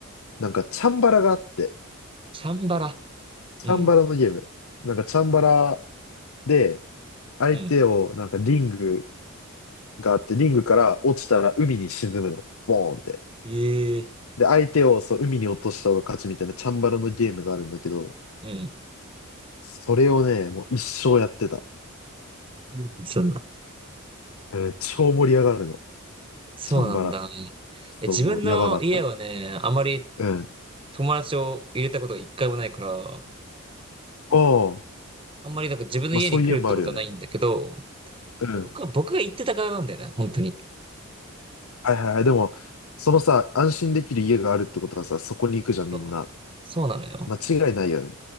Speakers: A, on the left; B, on the right.
A: なんかチャンバラがあって、
B: チャンバラ。
A: チャンバラのゲーム。
B: うん。
A: なんかチャンバラで、相手を、
B: うん。
A: なんかリングがあって、リングから落ちたら海に沈むの。ボーンって。
B: ええ
A: で、相手をそう、海に落とした方が勝ちみたいなチャンバラのゲームがあるんだけど、
B: うん。
A: それをね、もう一生やってた。
B: うんそんな。
A: うん、超盛り上がるの。
B: そうなんだ。
A: チャンバラ。そう、
B: え、自分の家はね、
A: やばかった。
B: あまり
A: うん。
B: 友達を入れたことが一回もないから、
A: おー、
B: あんまりなんか自分の家に来るってことはないんだけど、
A: まあそういうのもあるよね。うん。
B: 僕は、僕が行ってた側なんだよね、本当に。
A: はいはいはい。でも、そのさ、安心できる家があるってことはさ、そこに行くじゃん、みんな。
B: そう、そうなのよ。
A: 間違いないよね。